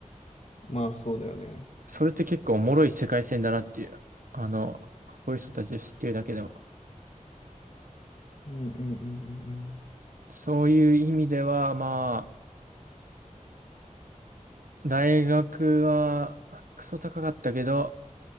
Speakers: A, on the left; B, on the right.
A: まあそうだよね。
B: それって結構おもろい世界線だなっていう。あの、こういう人たちを知ってるだけでも。
A: うんうんうんうんうん。
B: そういう意味では、まあ、大学はクソ高かったけど、